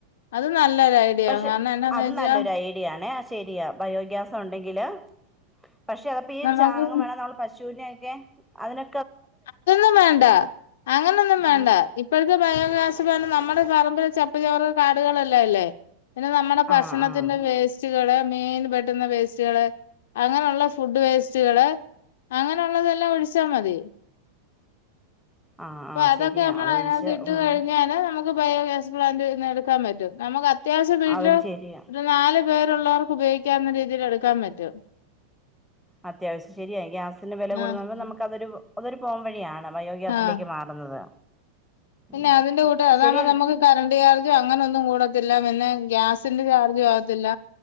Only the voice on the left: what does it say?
അത് നല്ലൊരു ഐഡിയ
ആവും. കാരണം എന്നാന്ന്
വെച്ചാ
നമുക്ക്
അതൊന്നും വേണ്ട അങ്ങനെയൊന്നും
വേണ്ട ഇപ്പോഴത്തെ ബയോഗ്യാസ് എന്ന് പറഞ്ഞാ നമ്മുടെ പറമ്പിലെ ചപ്പ് ചവറ് കാടുകളെല്ലാം ഇല്ലേ പിന്നെ നമ്മുടെ ഭക്ഷണത്തിന്റെ
വേസ്റ്റുകള് മീൻ പെട്ടുന്ന വേസ്റ്റുകള് അങ്ങനെയുള്ള ഫുഡ് വേസ്റ്റുകള് അങ്ങനെയുള്ളതെല്ലാം ഒഴിച്ചാ മതി
അപ്പൊ
അതൊക്കെ
നമ്മൾ
അതിനകത്ത് ഇട്ട്
കഴിഞ്ഞല് നമുക്ക് ബയോഗ്യാസ് പ്ലാന്റ് ഇന്നെടുക്കാൻ പറ്റും നമുക്ക് അ അത്യാവശ്യം വീട്ടിലോ
ഒരു നാല് പേരുള്ളവർക്ക് ഉപയോഗിക്കാവുന്ന രീതിയിൽ എടുക്കാൻ പറ്റും
ആഹ്
ആഹ്
പിന്നെ
അതിന്റെ കൂട്ട അതാുമ്പോ
നമുക്ക് കറണ്ട്റ് ചാർജും അങ്ങനെ ഒന്നും കൂടത്തില്ല പിന്നെ ഗ്യാസിന്റെ ചാർജും ആകത്തില്ല